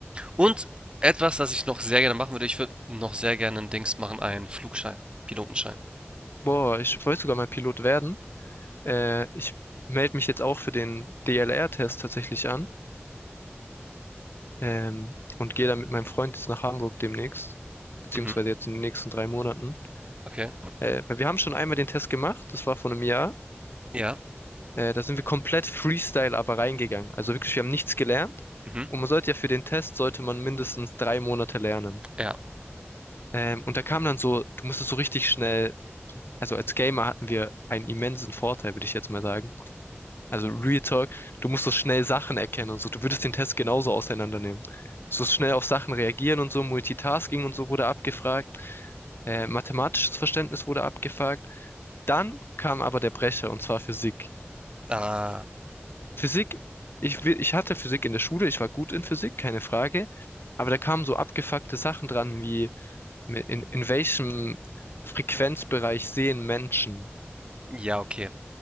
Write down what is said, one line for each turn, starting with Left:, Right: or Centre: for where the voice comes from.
Right: Und etwas, das ich noch sehr gerne machen würde, ich würde noch sehr gerne ein Dings machen, einen Flugschein, Pilotenschein.
Left: Boah, ich wollte sogar mal Pilot werden. Äh, ich melde mich jetzt auch für den DLR-Test tatsächlich an. Ähm, und gehe dann mit meinem Freund jetzt nach Hamburg demnächst. Beziehungsweise
Right: Mhm,
Left: jetzt in den nächsten drei Monaten.
Right: okay.
Left: Äh, weil wir haben schon einmal den Test gemacht, das war vor einem Jahr.
Right: Ja.
Left: Äh, da sind wir komplett Freestyle aber reingegangen. Also wirklich, wir haben nichts gelernt.
Right: Mhm,
Left: Und man sollte ja für den Test, sollte man mindestens drei Monate lernen.
Right: ja.
Left: Ähm, und da kam dann so, du musstest so richtig schnell, also als Gamer hatten wir einen immensen Vorteil, würde ich jetzt mal sagen. Also Real Talk, du musstest schnell Sachen erkennen und so. Du würdest den Test genauso auseinandernehmen. So schnell auf Sachen reagieren und so, Multitasking und so wurde abgefragt. Äh, mathematisches Verständnis wurde abgefragt. Dann kam aber der Brecher, und zwar Physik.
Right: Ah,
Left: Physik, ich, will- ich hatte Physik in der Schule, ich war gut in Physik, keine Frage, aber da kamen so abgefuckte Sachen dran, wie mi- in, in welchem Frequenzbereich sehen Menschen?
Right: ja, okay.